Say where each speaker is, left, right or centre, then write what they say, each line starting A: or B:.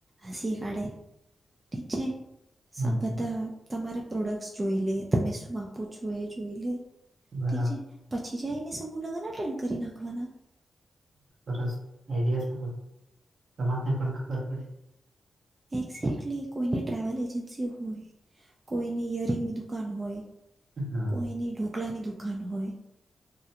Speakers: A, on the right; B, on the right.
A: હસી કાઢે ઠીક છે.
B: હમ
A: સંભતા... તમારા પ્રોડક્ટ જોઈ લે તમે શું આપો છો એ જોઈ લે
B: બરાબર
A: ઠીક છે પ પછી જાયને સમૂહ લગનના... કરી નાખવાના
B: સરસ આઈડિયા સારો સમાજ ને પણ ખબર પડે
A: એ કોઈ ટ્રલ એજન્સી હોય કોઈ એરિંગ ની દુકાન હોય
B: હા
A: કોઈની ઢોકલાની દુકા ખાન હોય